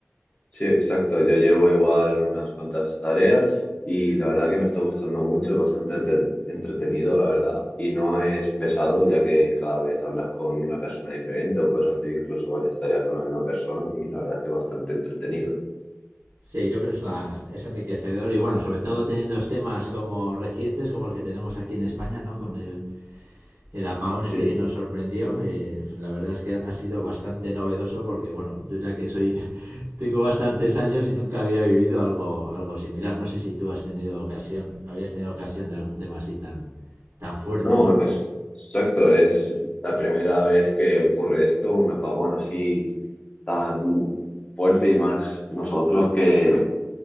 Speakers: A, on the left; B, on the right.
A: Sí, exacto. Yo llevo igual unas cuantas tareas y la verdad que me está gustando mucho, bastante te- entretenido, la verdad. Y no es pesado, ya que cada vez hablas con una persona diferente o puedes hacer incluso varias tareas con la misma persona y la verdad que es bastante entretenido.
B: Sí, yo creo que es, una- es enriquecedor y bueno, sobre todo teniendo temas como recientes, como el que tenemos aquí en España, ¿no? Con el, El apagón
A: Sí,
B: este que nos sorprendió, eh, la verdad es que ha sido bastante novedoso porque, bueno, yo ya que soy, <laughs> tengo bastantes años y nunca había vivido algo, algo similar. No sé si tú has tenido ocasión, habías tenido ocasión de algún tema así tan, tan fuerte,
A: no,
B: ¿no?
A: es exacto. Es la primera vez que ocurre esto, un apagón así tan fuerte y más nosotros que